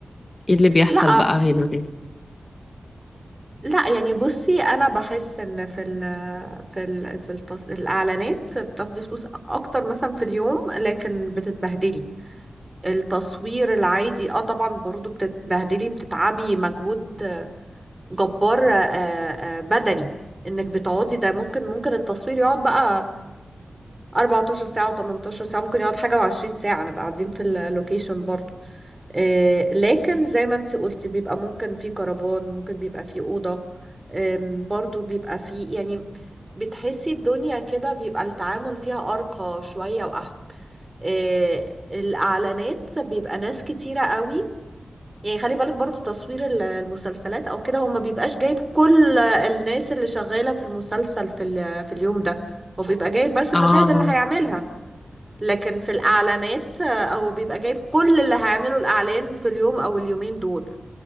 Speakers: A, on the left; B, on the right.
A: ايه اللي بيحصل
B: لا
A: بقى هنا
B: لا يعني بصي أنا بحس إن في ال... في ال... في التص... الإعلانات بتاخدي فلوس أكتر مثلا في اليوم لكن بتتبهدلي التصوير العادي اه طبعا برضو بتتبهدلي بتتعبي مجهود جبار آه، آه، بدني انك بتقعدي ده ممكن ممكن التصوير يقعد بقى 14 ساعة و18 ساعة ممكن يقعد حاجة و20 ساعة نبقى قاعدين في اللوكيشن برضو آه، لكن زي ما انت قلتي بيبقى ممكن في كرفان ممكن بيبقى في أوضة آم، برضو بيبقى في يعني بتحسي الدنيا كده بيبقى التعامل فيها أرقى شوية وأحسن آه، الإعلانات بيبقى ناس كتيرة قوي يعني خلي بالك برضو تصوير ال- المسلسلات او كده هو ما بيبقاش جايب كل الناس اللي شغالة في المسلسل في ال- في اليوم ده هو بيبقى جايب بس المشاهد
A: اه
B: اللي هيعملها لكن في الإعلانات آه، هو بيبقى جايب كل اللي هيعمله الإعلان في اليوم أو اليومين دول